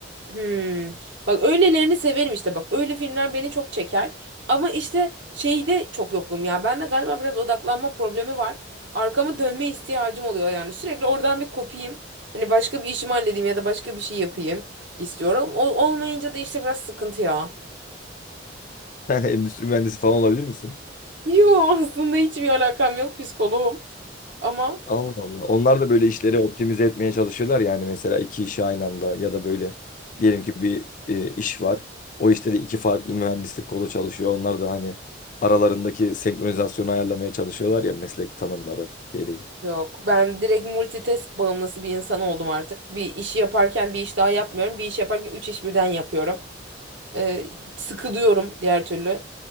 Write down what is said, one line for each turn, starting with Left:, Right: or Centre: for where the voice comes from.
Right: Hmm. Bak öylelerini severim işte bak öyle filmler beni çok çeker ama işte şeyde çok yokum ya bende galiba biraz odaklanma problemi var arkamı dönme ihtiyacım oluyor yani sürekli oradan bir kopayım hani başka bir işimi halledeyim ya da başka bir şey yapayım istiyorum o olmayınca da işte biraz sıkıntı ya.
Left: Yani endüstri mühendisi falan olabilir misin?
Right: <laughs> Yo aslında hiçbir alakam yok psikoloğum ama
Left: Allah Allah. Onlar da böyle işleri optimize etmeye çalışıyorlar yani mesela iki işi aynı anda ya da böyle diyelim ki bir e, iş var. O işte de iki farklı mühendislik kolu çalışıyor. Onlar da hani aralarındaki senkronizasyonu ayarlamaya çalışıyorlar ya meslek tanımları gereği.
Right: Yok, ben direkt multitask bağımlısı bir insan oldum artık. Bir işi yaparken bir iş daha yapmıyorum. Bir iş yaparken üç iş birden yapıyorum. E, sıkılıyorum diğer türlü.